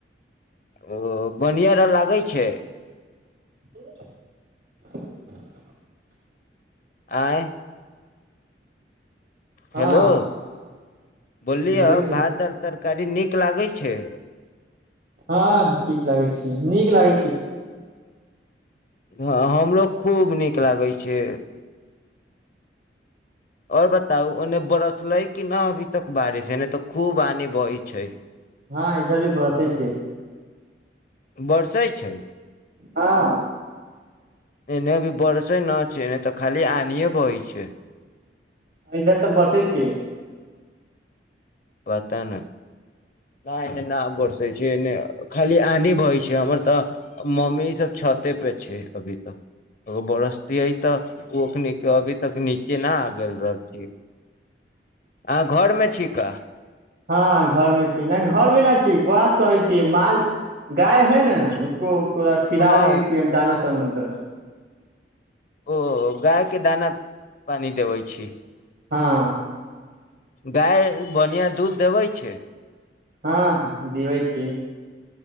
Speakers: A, on the left; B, on the right.
A: ओ बढ़िआँ रह लागै छै
B: ह
A: आंय
B: हँ
A: हेलो बोलियए
B: बोलै छी
A: भात दल तरक गाड़ी नीक लागै छै
B: हँ ठीक लागै छी नीक लागै छी
A: हँ हमरो खूब नीक लागै छै आओर बताउ ओन्ने बरसलै कि न अभी तक बारिश एने तऽ खूब पानि बहय छै
B: हँ इधर भी बरसै छै
A: बरसै छै
B: हँ
A: एने अभी बरसे न छै नहि तऽ खाली आनिए बहय छै
B: एय जग तऽ बरसे छै
A: पता ने ना एने ना बरसै छै एने खाली आनी बहै छै हमर तऽ मम्मी सभ छते पे छै अभी तऽ अगर बरसतै तऽ ओखनी के अभी तक नीचे ना आ गेल रहतियै अहाँ घरमे छी का
B: हँ घर मे छी नहि घर मे ना छी घास करै छी माल गाय है ने को थोड़ा खिला
A: हँ
B: दै‌ छिय हम दाना सने त
A: ओ गाय के दाना पानि देबै छी
B: हँ
A: गाय बढ़िआँ दूध देबै छै
B: हँ दिबै छीय